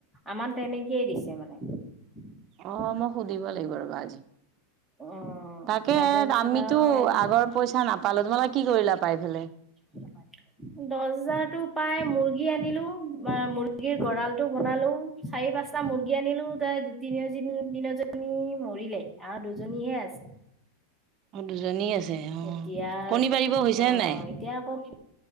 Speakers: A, in the centre; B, on the right.
A: আ তেনেকয়েই দিছে মানে
B: অ' মই সুধিব লাগিব ৰব আজি
A: অ',
B: তাকে
A: তাৰপিছত
B: আমিতো
A: আৰু এনেকে
B: আগৰ পইচা নাপালো তোমালে কি কৰিলা পাই ফে
A: ধন্যবাদ দছ হাজাৰতো পাই মুৰ্গী আনিলো মুৰ্গীৰ গড়ালটো বনালো চাৰি চাৰি-পাঁচটা মুৰ্গী আনিলো তাৰ <unintelligible> মৰিলে আৰু দুজনীহে আছে।
B: অ, দুজনী আছে অ,
A: এতিয়া
B: কণী পাৰিব হৈছে
A: অ',
B: নে নাই?
A: এতিয়া আকৌ